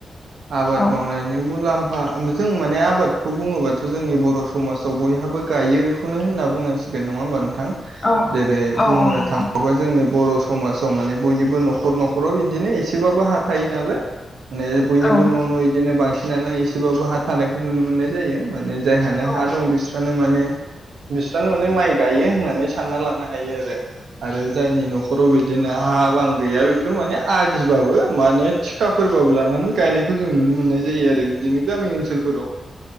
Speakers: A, on the right; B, on the left.
A: आबाद
B: औ
A: मावनायनि मुलाम फा जों माने आबादखौ बुङोबाथ' जोंनि बर' समाजाव बयहाबो गायोखौनो होनना बुंनांसिगोन। नङा होनबा नोंथां?
B: औ
A: जेरै
B: औ
A: बुंनो
B: औ नंगौ
A: थाङोबा जोंनि बर' स समाजाव माने बयनिबो न'खर न'खराव इदिनो एसेबाबो हा थायो नालाय माने बयनिबो
B: औ
A: न' न' बिदिनो बांसिनानो एसेबाबो हा थानायखौ नुनो मोननाय जायो। माने जायहा नो
B: औ
A: हा दं बिस्रानो माने बिस्रानो माने माइ गायो। होननानै सानना लानो हायो आरो आरो जायनि न'खराव बिदिनो हा बां गैया बेफोर माने आदिबाबो माने थिखाफोरबाबो लानानै गायनायखौ जों नुनो मोननाय जायो आरो इदिनो गामि ओनसोलफोराव।